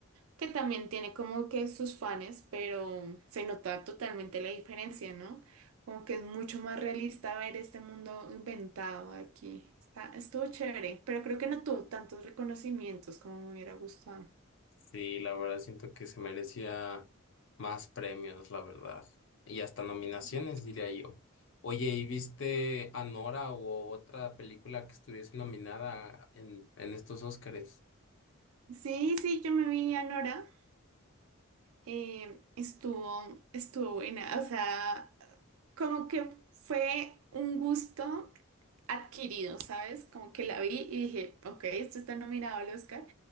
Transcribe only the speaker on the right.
que también tiene como que sus fans, pero mm, se nota totalmente la diferencia, ¿no? Como que es mucho más realista ver este mundo inventado aquí. Está, estuvo chévere, pero creo que no tuvo tantos reconocimientos como me hubiera gustado.
Ujú.
Sí, sí, yo me vi a Nora. eh, estuvo, estuvo buena. O sea, como que fue un gusto adquirido, ¿sabes? Como que la vi y dije, ok, esto está nominado al Oscar.